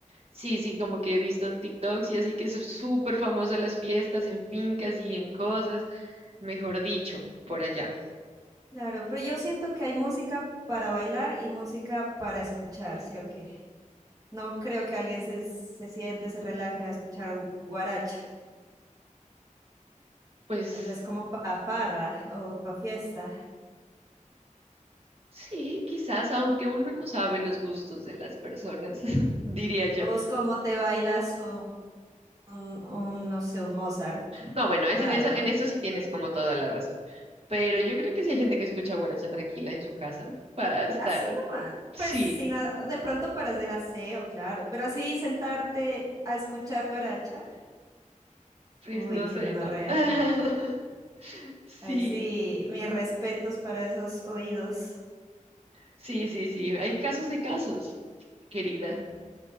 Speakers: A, on the right (about 45°); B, on the right (about 25°).
A: sí, sí, como que he visto TikToks y así que es súper famoso las fiestas en fincas y en cosas, mejor dicho, por allá.
B: Claro, pero yo siento que hay música para bailar y música para escuchar, ¿sí o qué? No creo que alguien se, se siente, se relaje a escuchar gu- guaracha.
A: Pues
B: O sea, es como para farra o para fiesta.
A: sí, quizás, aunque uno no sabe los gustos de las personas, <laughs> diría yo.
B: ¿O vos cómo te bailas un, un, un, no sé, un Mozart?
A: No, bueno, es
B: Raro,
A: en eso,
B: ¿no?
A: en eso sí tienes como toda la razón. Pero yo creo que sí hay gente que escucha guaracha tranquila en su casa para estar.
B: Así nomás,
A: Sí,
B: pues sin a- de pronto para hacer aseo, claro, pero así sentarte a escuchar guaracha,
A: Pues
B: uy,
A: no
B: qué
A: sé,
B: gonorrea.
A: ¿no? <laughs> Sí,
B: Ahí sí, mis respetos para esos oídos.
A: sí, sí, sí. Hay casos de casos, querida.